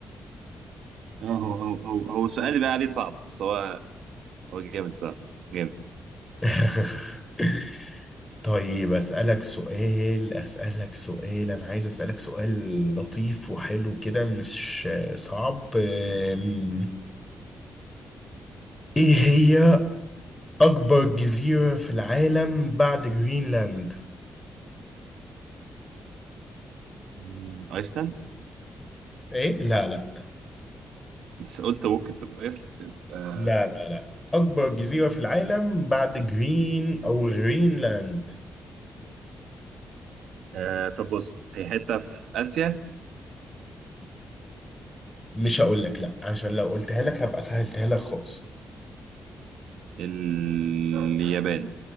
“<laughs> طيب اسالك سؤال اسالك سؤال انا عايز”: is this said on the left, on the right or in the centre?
Left